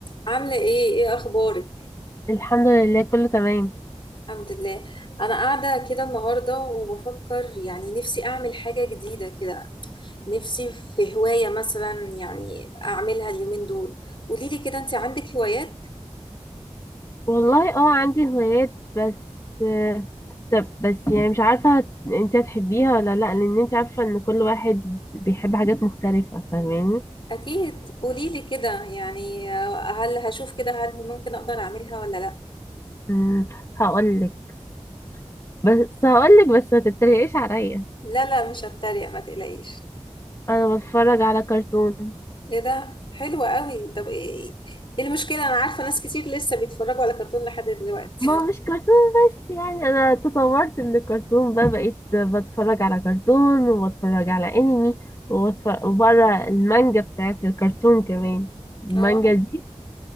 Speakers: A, on the left; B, on the left.
A: عاملة ايه ايه اخبارك
B: الحمد لله كله تمام
A: الحمد لله انا قاعدة كده النهاردة وبفكر يعني نفسي اعمل حاجة جديدة كده نفسي في هواية مثلا يعني اعملها اليومين دول قوليلي كده انت عندك هوايات
B: والله اه عندي هوايات بس آه، طب بس يعني مش عارفة هت- انت هتحبيها ولا لا لان انت عارفة ان كل واحد بيحب حاجات مختلفة فاهماني
A: اكيد قوليلي كده يعني هل هشوف كده هل ممكن اقدر اعملها ولا لا
B: امم هقولك بس هقولك بس ما تتريقيش عليا
A: لا لا مش هتريق ما تقلقيش
B: انا بتفرج على كرتون
A: ايه ده حلوة قوي طب ايه ايه المشكلة انا عارفة ناس كتير لسه بيتفرجوا على كرتون لحد دلوقتي
B: ما هو مش كرتون بس يعني انا تطورت من الكرتون بقى بقيت بتفرج على كرتون وبتفرج على انمي وبتفرج وبره المانجا بتاعت الكرتون كمان المانجا
A: اه
B: دي